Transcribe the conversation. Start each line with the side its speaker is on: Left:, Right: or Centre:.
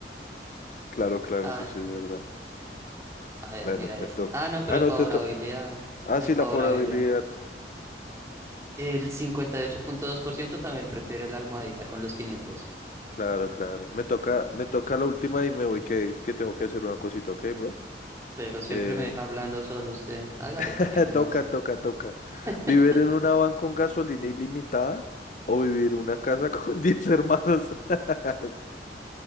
Left: Claro, claro,
Right: A
Left: eso
Right: ver,
Left: sí es verdad.
Right: a ver,
Left: Bueno,
Right: mira
Left: me
Right: esto.
Left: toca.
Right: Ah, no, pero
Left: Ah,
Right: en
Left: no,
Right: favorabilidad,
Left: te toca. Ah,
Right: en
Left: sí,
Right: favorabilidad.
Left: la forabilidad.
Right: El cincuenta y ocho punto dos por ciento también prefiere la almohadita con los quinientos
Left: Claro, claro. Me toca, me toca la última y me voy que, que tengo que hacer una cosita, ¿ok, bro?
Right: pero siempre
Left: Eh,
Right: me deja hablando solo usted. Hágale,
Left: <laughs>
Right: porque qué
Left: toca,
Right: más.
Left: toca, toca.
Right: <laughs>
Left: ¿Vivir en una van con gasolina ilimitada o vivir en una casa con <laughs> diez hermanos? <laughs>